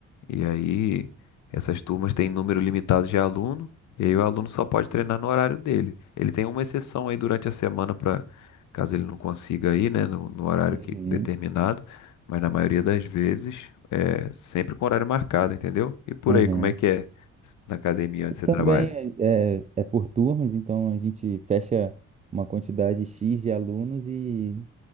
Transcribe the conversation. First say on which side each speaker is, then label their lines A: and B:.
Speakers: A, on the left; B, on the right.
A: E aí, essas turmas têm número limitado de aluno, e aí o aluno só pode treinar no horário dele. Ele tem uma exceção aí durante a semana para caso ele não consiga ir, né, no, no horário
B: uhum,
A: que, determinado, mas na maioria das vezes é sempre com horário marcado, entendeu? E por
B: uhum.
A: aí, como é que é na academia onde você
B: Também
A: trabalha?
B: é, é é por turmas, então a gente fecha uma quantidade X de alunos e,